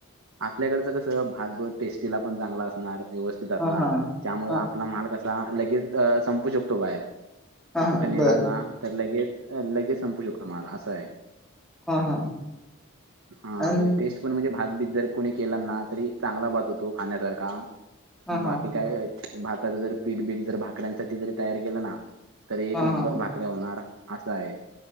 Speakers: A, on the right; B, in the centre.
A: आपल्याकडचं कसं भात पण टेस्टीला पण चांगला असणार. व्यवस्थित असणार.
B: हा हा
A: त्यामुळं
B: हा
A: आपला माल कसा लगेच ज संपू शकतो बाहेर.
B: हा
A: तू कुठे
B: हा
A: नेलास
B: बर
A: ना? तर लगेच -लगेच संपू शकतो माल असं आहे.
B: हा हा.
A: हा
B: आणि
A: म्हणजे टेस्ट पण म्हणजे भात बीत जर कोणी केला ना तरी चांगला भात होतो खाण्यासारखा.
B: हा हा
A: बाकी काय? भाताच जर पीठबीठ जर भाकऱ्यांसाठी जरी तयार केलं ना? तरी एक
B: हा
A: नंबर
B: हा
A: भाकऱ्या होणार असा आहे.